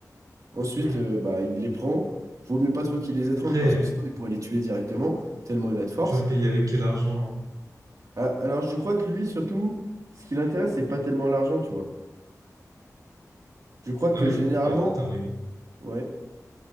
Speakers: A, on the right (about 65°); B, on the right (about 85°).
A: Ensuite,
B: Hmm.
A: euh, bah, il les prend. Vaut mieux pas trop qu'il les étrangle
B: Après,
A: parce que sinon il pourrait les tuer directement, tellement il a de force.
B: tu veux le payer avec quel argent?
A: Ah, Alors je crois que lui, surtout, ce qui l'intéresse, c'est pas tellement l'argent, tu vois. Je crois
B: Ah
A: que
B: oui?
A: généralement,
B: Bah attends, mais
A: ouais,